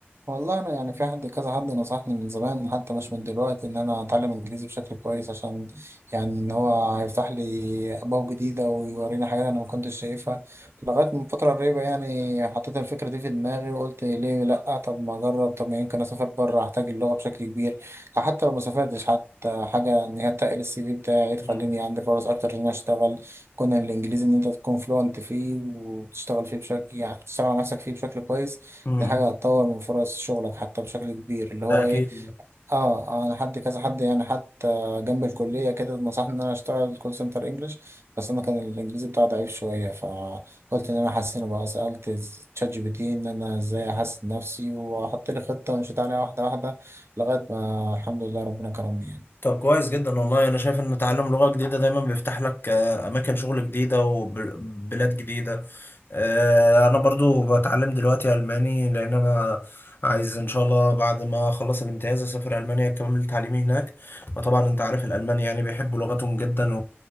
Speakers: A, on the right; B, on the left.
A: والله انا يعني في حد كذا حد نصحني من زمان حتى مش من دلوقتي ان انا اتعلم انجليزي بشكل كويس عشان يعني ان هو هيفتح لي ابواب جديده ويوريني حاجات انا ما كنتش شايفها لغايه من فتره قريبه يعني حطيت الفكره دي في دماغي وقلت ليه لا طب ما اجرب طب ما يمكن اسافر بره احتاج اللغه بشكل كبير حتى لو ما سافرتش حتى حاجه ان هي تقل السي في بتاعي تخليني
B: مم.
A: عندي فرص اكتر ان انا اشتغل كون الانجليزي ان انت تكون فلوينت فيه وتشتغل فيه بشكل يعني تشتغل على نفسك فيه بشكل كويس
B: م- م.
A: دي حاجة هتطور من فرص شغلك حتى بشكل كبير اللي هو
B: ده اكيد
A: ايه اه آه، انا حد كذا حد يعني حتى جنب الكلية كده نصحني ان انا اشتغل كول سنتر انجلش بس انا كان الانجليزي بتاعي ضعيف شوية فقلت ان انا احسنه بقى سألت تشات جي بي تي ان انا ازاي احسن نفسي وحط لي خطة ومشيت عليها واحدة واحدة لغاية ما الحمد لله ربنا كرمني
B: طب كويس جدا والله انا شايف ان تعلم لغة جديدة دايما بيفتح لك آه، اماكن شغل جديدة وبلاد جديدة آه، انا برضو بتعلم دلوقتي الماني لان انا عايز ان شاء الله بعد ما اخلص الامتياز اسافر المانيا اكمل تعليمي هناك وطبعا انت عارف الالمان يعني بيحبوا لغتهم جدا